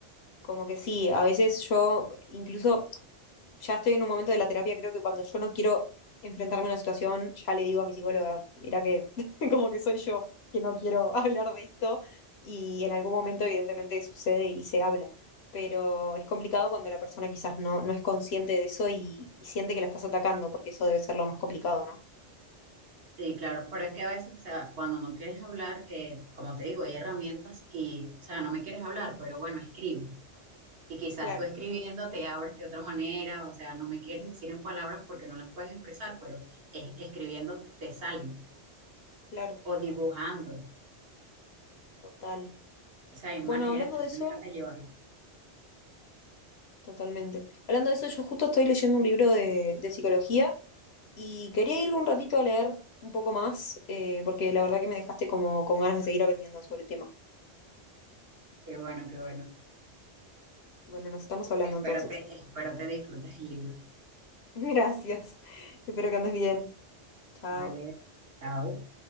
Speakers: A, on the left; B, on the right.
A: como que sí, a veces yo incluso ya estoy en un momento de la terapia, creo que cuando yo no quiero enfrentarme a una situación, ya le digo a mi psicóloga, mira que <laughs> como que soy yo que no quiero <laughs> hablar de esto y en algún momento evidentemente sucede y se habla, pero es complicado cuando la persona quizás no, no es consciente de eso y, y siente que la estás atacando, porque eso debe ser lo más complicado, ¿no?
B: Sí, claro, pero es que a veces, o sea, cuando no quieres hablar, eh, como te digo, hay herramientas y, o sea, no me quieres hablar, pero bueno, escribe. Y quizás
A: Claro.
B: tú escribiendo te abres de otra manera, o sea, no me quieres decir en palabras porque no las puedes expresar, pero es- escribiendo te salen,
A: Claro,
B: o dibujando,
A: total.
B: o sea, hay
A: Bueno,
B: maneras,
A: hablando
B: hay
A: de eso,
B: maneras de llevarlo.
A: totalmente. Hablando de eso, yo justo estoy leyendo un libro de, de psicología y quería ir un ratito a leer un poco más, eh, porque la verdad que me dejaste como con ganas de seguir aprendiendo sobre el tema.
B: Qué bueno, qué bueno.
A: Bueno, nos estamos hablando
B: Espero
A: entonces.
B: te, espero te disfrutes el libro.
A: <laughs> Gracias. Espero que andes bien. Chao.
B: Vale, chao.